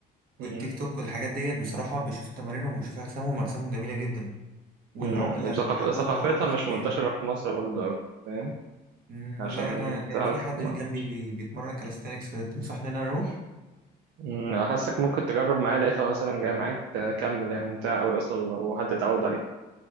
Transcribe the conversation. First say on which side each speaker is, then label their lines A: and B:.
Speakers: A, on the right; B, on the right.
A: والتيك
B: م-
A: توك والحاجات ديت بصراحة بشوف تمارينهم بشوف أجسامهم أجسامهم جميلة جدا والعقلة
B: م- وثقاف...
A: اللي بيلعبوها
B: ثقافتها
A: وأشكال
B: مش منتشره في مصر برضه أوي فاهم
A: مم،
B: عشان
A: لا أنا أنا
B: تعرف
A: في حد
B: تتم-
A: جنبي بي- بيتمرن كاليستانكس تنصحني إن أنا أروح
B: م- حاسك ممكن تجرب معايا لقيتها مثلا جايه معاك آه، كمل هي ممتعه قوي اصلا لو حد اتعود عليها